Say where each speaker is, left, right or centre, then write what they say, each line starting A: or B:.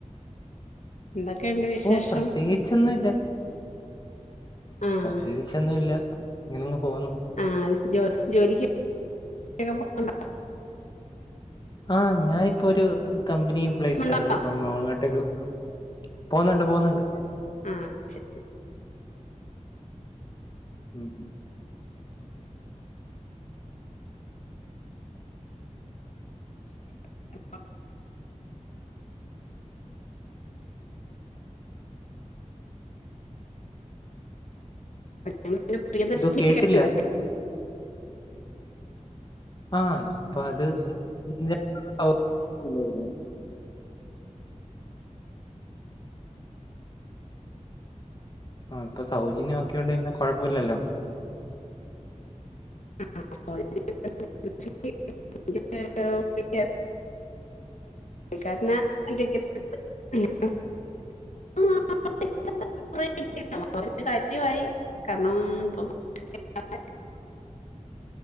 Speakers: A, on the left; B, on the left.
A: എന്തൊക്കെയുണ്ട് വിശേഷം
B: ഓ പ്രത്യേകിച്ചൊന്നു ഇല്ല
A: ആഹ്
B: പ്രത്യേകിച്ചൊന്നു ഇല്ല ഇങ്ങനെ അങ്ങ് പോവുന്നു
A: ആ ജോലിക്ക് പോണ്ടെ
B: ആഹ് ഞാന് ഇപ്പൊ ഒരു കമ്പനി പ്ലേസ്ഡ്
A: ണ്ടോ
B: ആയി അപ്പം അങ്ങോട്ടേക്ക് പോവുന്നുണ്ട് പോവുന്നുണ്ട്
A: ആ ശരി
B: ഉം ഉം
A: <inaudible> ഞങ്ങള് പ്രിയദർശിനി
B: എന്തോ കേട്ടില്ല
A: കണ്ടിരുന്നു.
B: ആഹ് ഇപ്പൊ അത് <unintelligible> ആ ഇപ്പൊ സൗജന്യം ഒക്കെയുണ്ട് പിന്നെ കൊഴപ്പുല്ലല്ലോ
A: ആ <unintelligible> കാരണം <unintelligible> <unintelligible> <unintelligible> കാര്യമായി കാരണം ഇപ്പം <unintelligible>